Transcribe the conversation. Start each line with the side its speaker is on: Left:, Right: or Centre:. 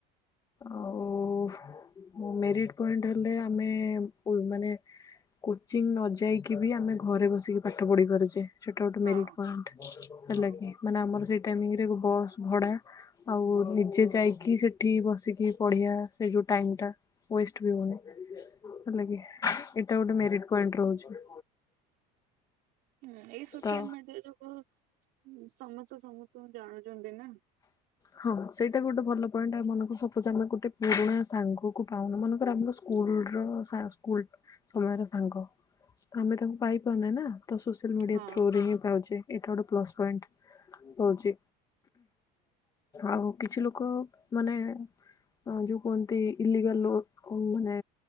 Left: ଆଉ ମେରିଟ ପଏଣ୍ଟ ହେଲେ ଆମେ ପୁ ମାନେ କୋଚିଂ ନ ଯାଇକି ବି ଆମେ ଘରେ ବସିକି ପାଠ ପଢି ପାରୁଚେ। ସେଟା ଗୋଟେ
Right: ହଁ
Left: ମେରିଟ ପଣ୍ଟ ହେଲା
Right: ହଁ
Left: କି ମାନେ ଆମର ସେଇ ମିତିରେ ବି ବସ୍ ଭଡା ଆଉ ନିଜେ ଯାଇକି ସେଠି ବସିକି ପଢିଆ ସେ ଯୋଉ ଟାଇମ ଟା ୱେଷ୍ଟ ବି ହଉନି। ହେଲା କି ଏଟା ଗୋଟେ ମେରିଟ ପଏଣ୍ଟ ରହୁଚି।
Right: ହୁଁ ଏଇ ସୋସିଆଲ
Left: ତ
Right: ମିଡିଆ ଯୋଗୁ ହଁ ସମସ୍ତେ ସମସ୍ତଙ୍କୁ ଜାଣୁଚନ୍ତି ନା।
Left: ହଁ ସେଇଟା ବି ଗୋଟେ ଭଲ ପଏଣ୍ଟ ଏମାନଙ୍କୁ ସପୋଜ ଆମେ ଗୋଟେ ପୁରୁଣା ସାଙ୍ଗକୁ ପାଉନୁ ମନେକର ଆମର ସ୍କୁଲର ସା ସ୍କୁଲ ସମୟର ସାଙ୍ଗ ତ ଆମେ ତାକୁ ପାଇପାରୁନେ ନା। ତ ସୋସିଆଲ୍ ମିଡ଼ିଆ
Right: ହଁ
Left: ଥ୍ରୁରେ ହିଁ ପାଉଚେ ଏଇଟା ଗୋଟେ ପ୍ଲସ୍ ପଏଣ୍ଟ। ହଉଚି ଆଉ କିଛି ଲୋକ ମାନେ ଆଉ ଯୋଉ କୁହନ୍ତି ଇଲିଗାଲ ନୋଟ ମାନେ